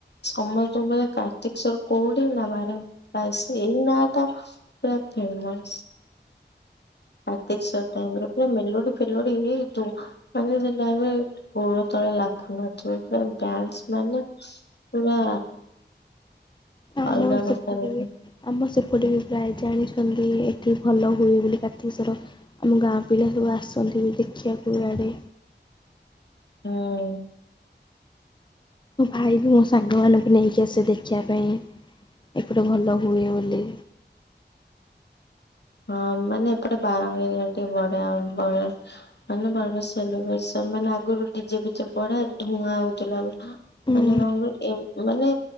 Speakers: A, on the left; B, on the left.
A: ସମସ୍ତଙ୍କୁ କହିବେ କାର୍ତ୍ତିକଶ୍ବର କୋଉଠି ନା ବାରଣାସୀ ଏଇ ନାଁ ଟା ପୁରା ଫେମସ୍। କାର୍ତ୍ତିକଶ୍ବର ଟାଇମ୍ ରେ ପୁରା ମେଲୋଡି ଫେଲୋଡି ଦୁ ମାନେ ସେ ଟାଇମ୍ ରେ ଗୋଡ ତଳେ ଲାଖୁନଥୁବ ପୁରା ଡ୍ୟାନ୍ସ ମାନେ ପୁରା
B: ଆମ
A: ଅଲଗା
B: ସପଟେ
A: ପ୍ରକାରର
B: ବି
A: ହୁଁ।
B: ଆମ ସେପଟ ବି ପ୍ରାୟ ଜାଣିଛନ୍ତି ଏଠି ଭଲ ହୁଏ ବୋଲି କାର୍ତ୍ତିକଶ୍ବର ଆମ ଗାଁ ପିଲା ସବୁ ଆସନ୍ତି ବି ଦେଖିବାକୁ ଆଡ଼େ।
A: ହଁ।
B: ମୋ ଭାଇ ବି ମୋ ସାଙ୍ଗମାନଙ୍କୁ ନେଇକି ଆସେ ଦେଖିବା ପାଇଁ ଏପଟେ ଭଲ ହୁଏ ବୋଲି।
A: ହଁ ମାନେ ଏପଟେ ବାରଙ୍ଗୀରେ ଟିକେ ବଢିଆ <unintelligible> ମାନେ ବଢିଆ ସେଲିବ୍ରେସନ ମାନେ ଆଗରୁ ଡିଜେ ଫିଜେ ବଢିଆ ଧୂଆଁ ହଉଥୁଲା <unintelligible>
B: ହୁଁ
A: ମାନେ <unintelligible> ମାନେ